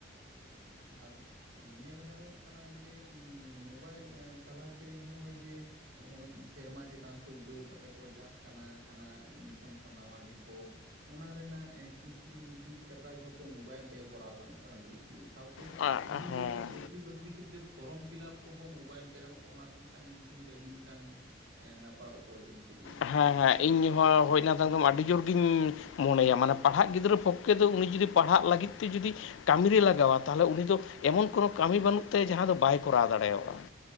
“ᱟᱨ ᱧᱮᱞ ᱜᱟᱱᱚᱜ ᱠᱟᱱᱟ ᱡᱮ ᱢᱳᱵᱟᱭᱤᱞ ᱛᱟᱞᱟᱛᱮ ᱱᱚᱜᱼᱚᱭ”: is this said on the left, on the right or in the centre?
Right